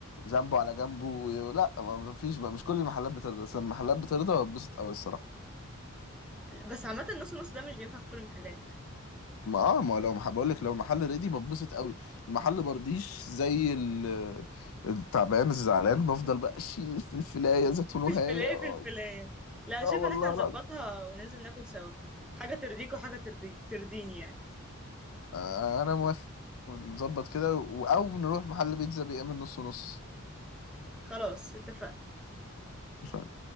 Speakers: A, on the left; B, in the centre.
A: ذنبه على جنبه و... لا ما ما فيش بقى مش كل المحلات بترضى بس المحلات بترضى بتبسط قوي الصراحة
B: بس عامة النص نص ده مش بينفع في كل المحلات
A: ما اه ما لو مح... بقول لك لو المحل ريدي بتبسط قوي المحل مرضيش زي ال... التعبان الزعلان بفضل بقى اشيل الفلفلايه زيتون
B: <laughs>
A: وهاية
B: الفلاية
A: اه
B: في الفلاية لا أنا
A: آه
B: شايفة
A: والله
B: ان احنا نظبطها
A: العظيم
B: وننزل ناكل سوا حاجة ترضيك وحاجة ترضي... ترضيني يعني
A: آه انا موافق نظبط كده و- او نروح محل بيتزا بيعمل نص نص
B: خلاص اتفقنا
A: مش عارف